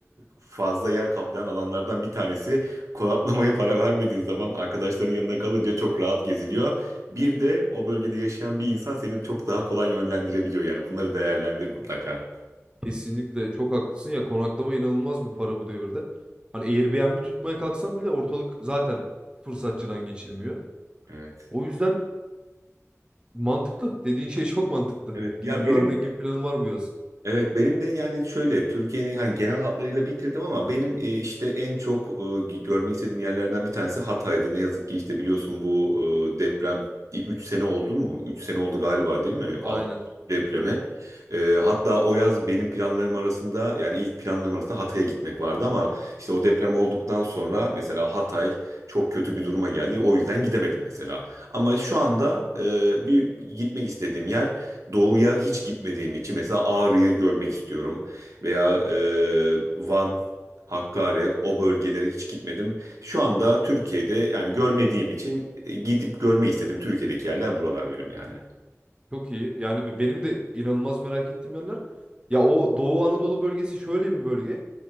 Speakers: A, on the right; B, on the right.
A: fazla yer kaplayan alanlardan bir tanesi. Konaklamaya para vermediğin zaman arkadaşların yanında kalınca çok rahat geziliyor. Bir de o bölgede yaşayan bir insan seni çok daha kolay yönlendirebiliyor yani bunları değerlendir mutlaka.
B: Kesinlikle çok haklısın ya konaklama inanılmaz bir para bu devirde. Hani Airbnb tutmaya kalksam bile ortalık zaten fırsatçıdan geçilmiyor.
A: Evet.
B: O yüzden mantıklı. Dediğin şey <laughs> çok mantıklı.
A: Evet.
B: Gidip
A: Ya benim
B: görmek gibi planım var bu yaz.
A: evet benim de yani şöyle Türkiye'nin hani genel hatlarıyla bitirdim ama benim e, işte en çok e, görmek istediğim yerlerden bir tanesi Hatay'dı. Ne yazık ki işte biliyorsun bu e, deprem 3 sene oldu mu? üç sene oldu galiba değil mi?
B: Aynen.
A: 6 depremi.
B: Evet.
A: Ee, hatta o yaz benim planlarım arasında yani ilk planlarım arasında Hatay'a gitmek vardı ama işte o deprem olduktan sonra mesela Hatay çok kötü bir duruma geldi. O yüzden gidemedim mesela. Ama şu anda e, bir gitmek istediğim yer doğuya hiç gitmediğim için mesela Ağrı'yı görmek istiyorum veya e, Van, Hakkari o bölgelere hiç gitmedim. Şu anda Türkiye'de yani görmediğim için e, gidip görmeyi istedim. Türkiye'deki yerler buralar benim yani.
B: Çok iyi. Yani be- benim de inanılmaz merak ettiğim yerler. Ya o Doğu Anadolu bölgesi şöyle bir bölge.